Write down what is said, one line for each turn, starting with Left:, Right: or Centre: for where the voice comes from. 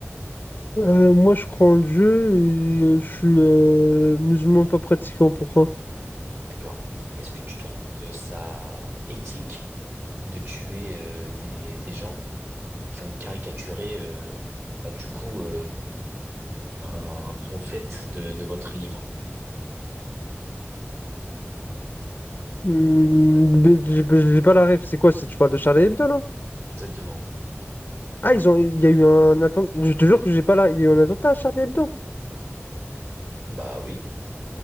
Left: Euh, moi, je crois en Dieu et euh, je suis euh, musulman pas pratiquant. Pourquoi?
Right: D'accord. Est-ce que tu trouves ça éthique de tuer, euh, des, des gens qui ont caricaturé, euh, bah, du coup, euh, un prophète de, de votre livre?
Left: Hum, mais j'ai j'ai pas la ref. C'est quoi? c'est- Tu parles de Charlie Hebdo, là?
Right: Exactement.
Left: Ah, ils ont, il y a eu un attentat. Je te jure que j'ai pas là. Il y a eu un attentat à Charlie Hebdo.
Right: Bah oui.